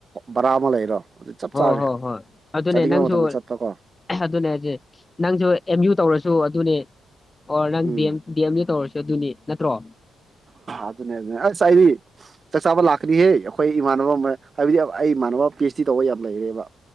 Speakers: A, on the right (about 40°); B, on the left (about 25°).
A: ꯕꯔꯥ ꯑꯃ ꯂꯩꯔꯣ ꯑꯗꯨ ꯆꯞ
B: ꯍꯣꯏ
A: ꯆꯥꯔꯦ
B: ꯍꯣꯏ ꯍꯣꯏ ꯑꯗꯨꯅꯦ
A: ꯆꯠꯅꯤꯡꯕ
B: ꯅꯪꯁꯨ
A: ꯃꯇꯝꯗ
B: ꯑꯥ
A: ꯆꯠꯄ ꯀꯣ
B: <inaudible> ꯑꯗꯨꯅꯦ ꯍꯥꯏꯖꯦ ꯅꯪꯁꯨ ꯑꯦꯝ ꯌꯨ ꯇꯧꯔꯁꯨ ꯑꯗꯨꯅꯦ ꯑꯣ ꯅꯪ
A: um
B: ꯗꯤ M D M U ꯇꯧꯔꯁꯤ ꯑꯗꯨꯅꯤ ꯅꯠꯇ꯭ꯔꯣ
A: ꯑꯗꯨꯅꯦ ꯑꯗꯨꯅꯦ ꯑꯁ ꯑꯩꯗꯤ ꯆꯥꯛ ꯆꯥꯕ ꯂꯥꯛꯀꯅꯤꯌꯪ ꯑꯩꯈꯣꯏ ꯏꯃꯥꯟꯅꯕ ꯃꯌꯥ ꯍꯥꯏꯕꯗꯤ ꯑꯩ ꯏꯃꯥꯟꯅꯕ ꯄꯤ ꯑꯩꯆ ꯗꯤ ꯇꯧꯕ ꯌꯥꯝ ꯂꯩꯔꯦꯕ